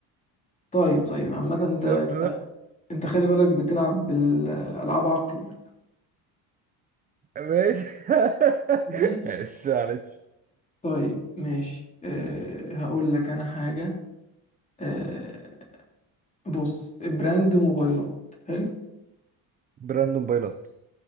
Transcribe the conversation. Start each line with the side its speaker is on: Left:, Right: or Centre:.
Left: طيب طيب عامه انت
Right: شفت بقى
Left: انت خلي بالك بتلعب بالالعاب عقل
Right: ماشي <laughs>
Left: ماشي
Right: معلش معلش
Left: طيب ماشي أه هقول لك انا حاجة أه بص براند موبايلات حلو
Right: براند موبايلات